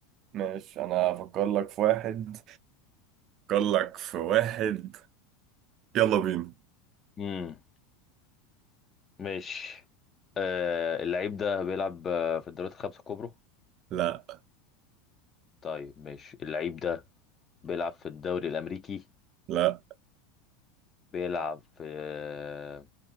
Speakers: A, on the right; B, on the left.
A: ماشي انا افكر لك في واحد افكر لك في واحد يلا بينا
B: امم ماشي آه اللعيب ده بيلعب آه، في الدوريات الخمسة الكبرى
A: لا
B: طيب ماشي اللعيب ده بيلعب في الدوري الأمريكي
A: لا
B: بيلعب في آه